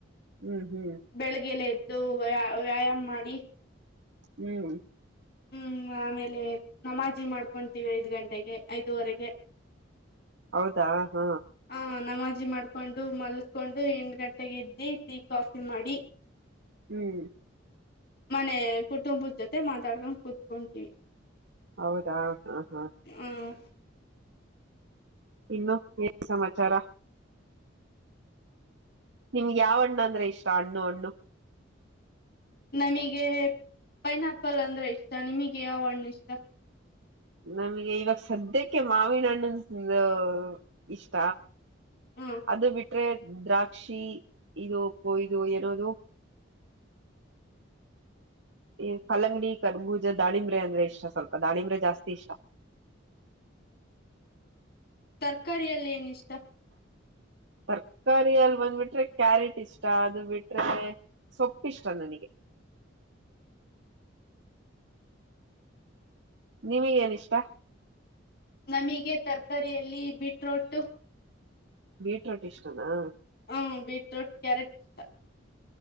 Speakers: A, on the right (about 65°); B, on the left (about 55°).
A: ಹ್ಮ್ ಹ್ಮ್
B: ಬೆಳಗ್ಗೆಲೆ ಎದ್ದು ವ ವ್ಯಾಯಾಮ್ ಮಾಡಿ
A: ಹ್ಮ್
B: ಹ್ಮ್ ಆಮೇಲೆ ನಮಾಜಿ ಮಾಡ್ಕೊತೀವಿ ಐದ್ ಗಂಟೆಗೆ ಐದುವರೆಗೆ <inaudible>
A: ಹೌದಾ ಹಾ
B: ಹ ನಮಾಜಿ ಮಾಡ್ಕೊಂಡು ಮಲ್ಕೊಂಡು ಎ್ ಗಂಟೆಗೆ ಎದ್ದಿ ಟೀ ಕಾಫಿ ಮಾಡಿ <inaudible>
A: ಹ್ಮ್
B: ಮನೆ ಕುಟುಂಬದ ಜೊತೆ ಮಾತಾಡ್ಕೊಂಡು ಕುೂತ್ಕೊಂತೀವಿ
A: ಹೌದಾ ಹಾ ಹಾ
B: ಹ್ಮ್
A: ಇನ್ನು ಏನ್ ಸಮಾಚಾರ ನಿಮ್ಗೆ ಯಾವ ಹಣ್ಣ ಅಂದ್ರೆ ಇಷ್ಟ ಹಣ್ಣು ಹಣ್ಣು
B: ನಮಗೆ ಪೈನಾ ಆಪಲ್ ಅಂದ್ರೆ ಇಷ್ಟ ನಿಮಗೆ ಯಾವ ಹಣ್ಣ ಇಷ್ಟ
A: ನಮ್ಗೆ ಇವಾಗ ಸದ್ಯಕ್ಕೆ ಮಾವಿನ ಹಣ್ಣ ಇಷ್ಟ
B: ಹ್ಮ
A: ಅದು ಬಿಟ್ರೆ ದ್ರಾಕ್ಷಿ ಇದು ಕೊಯು ಏನದು ಈ ಕಲ್ಲಂಗಡಿ ಕರ್ಬೂಜ ದಾಿಂಬ್ರೆ ಅಂದ್ರೆ ಇಷ್ಟ ಸ್ವಲ್ಪ ದಾಾಣಿಂಬ್ರೆ ಜಾಸ್ತಿ ಇಷ್ಟ
B: ಹ್ಮ ತರಕಾರಿಯಲ್ಲಿ ಏನಿಷ್ಟ
A: ತರ್ಕಾರಿಯಲ್ಲಿ ಬಂದ್ಬಿಟ್ರೆ ಕ್ಯಾರೆಟ್ ಇಷ್ಟ ಅದು ಬಿಟ್ರೆ ಸೊಪ್ಪುಿಷ್ಟ ನನಗೆ
B: ಹ್ಮ್
A: ನಿಮಗ್ ಏನ ಇಷ್ಟ
B: ನಮಗೆ ತರಕಾರಿಯಲ್ಲಿ ಬಿೀಟ್ರೋಟ್
A: ಬೀಟ್ರೋಟ್ ಇಷ್ಟನಾ
B: ಹ್ಮ ಬೀಟ್ರೂಟ್ ಕ್ಯಾರೆಟ್ ಇಷ್ಟ